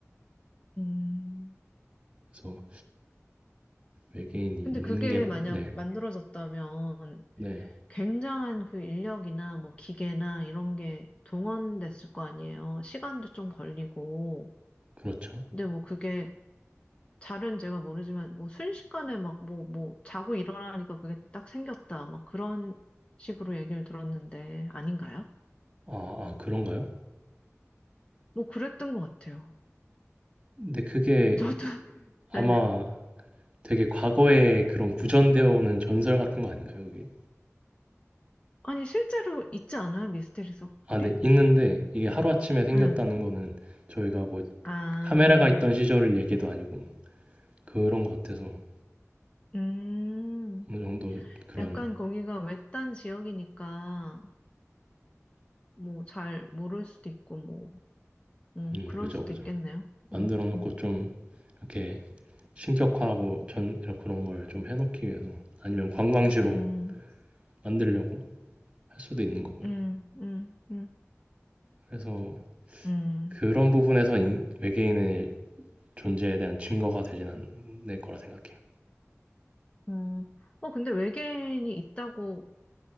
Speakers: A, on the left; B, on the right.
A: 음.
B: 그래서 외계인이
A: 근데
B: 있는
A: 그게
B: 게 맞네.
A: 만약
B: 네,
A: 만들어졌다면
B: 네,
A: 굉장한 그 인력이나 뭐 기계나 이런 게 동원됐을 거 아니에요. 시간도 좀 걸리고.
B: 그렇죠.
A: 근데 뭐 그게 잘은 제가 모르지만 뭐 순식간에 막 뭐, 뭐 자고 일어나니까 그게 딱 생겼다. 막 그런 식으로 얘기를 들었는데 아닌가요?
B: 아, 아, 그런가요?
A: 뭐 그랬던 것 같아요.
B: 근데 그게
A: 저도.
B: 아마
A: <laughs>
B: 되게 과거에 그런 구전되어 오는 전설 같은 거 아닌가요, 그게?
A: 아니, 실제로 있지 않아요? 미스테리 서클이?
B: 아, 네, 있는데 이게 하루아침에 생겼다는
A: 응.
B: 거는 저희가 뭐
A: 아,
B: 카메라가 있던 시절을 얘기도 아니고 그런 것 같아서
A: 음.
B: 어느 정도 그런
A: 약간 거기가 외딴 지역이니까, 뭐, 잘 모를 수도 있고, 뭐, 음,
B: 음,
A: 그럴
B: 그죠,
A: 수도
B: 그죠.
A: 있겠네요.
B: 만들어
A: 음,
B: 놓고
A: 음,
B: 좀 이렇게 신격화하고 전 이런 그런 걸 좀 해놓기 위해서 아니면 관광지로
A: 음,
B: 만들려고 할 수도 있는 거고요.
A: 음, 음, 음,
B: 그래서
A: 음.
B: 그런 부분에서 인- 외계인의 존재에 대한 증거가 되진 않을 거라 생각해요.
A: 어, 어, 근데 외계인이 있다고